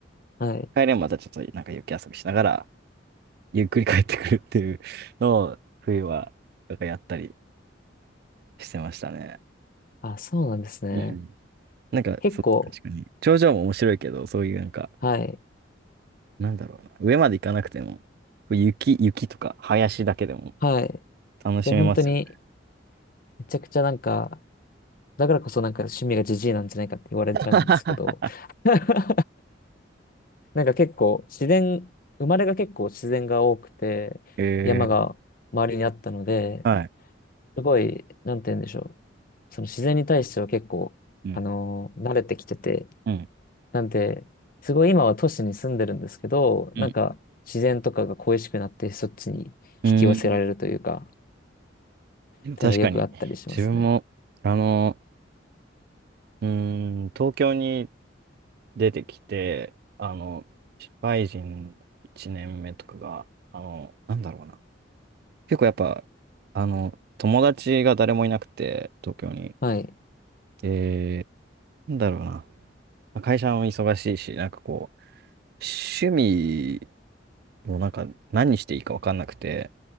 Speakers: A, on the left (about 50°); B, on the right (about 55°).
A: はい。
B: 帰れんまたちょっとなんか雪遊びしながら、ゆっくり帰ってくるっていうのを、冬は、なんかやったりしてましたね。
A: あ、そうなんですね。
B: うん。なんか、
A: 結構、
B: そう、確かに。頂上も面白いけど、そういうなんか、
A: はい。
B: なんだろうな。上まで行かなくても、雪、雪とか林だけでも
A: はい。
B: 楽しめますよ。
A: で、本当に、めちゃくちゃなんか、だからこそなんか趣味がジジイなんじゃないかって言われちゃうんですけど、
B: <laughs>
A: <laughs> なんか結構自然、生まれが結構自然が多くて、
B: え
A: 山が周りにあったので、
B: ー、はい。
A: すごい、なんて言うんでしょう。その自然に対しては結構、
B: うん、
A: あのー慣れてきてて、
B: うん、
A: なんで、すごい今は都市に住んでるんですけど、
B: うん。
A: なんか自然とかが恋しくなってそっちに引き寄せられるというか、
B: うーん。でも確かに、
A: っていうのがよくあったりしますね。
B: 自分も、あの、うーん、東京に出てきて、あの、社会人1年目とかが、あの、なんだろうな。結構やっぱ、あの、友達が誰もいなくて、東京に。
A: はい、
B: で、なんだろうな。まあ会社も忙しいし、なんかこう、趣味もなんか何していいか分かんなくて、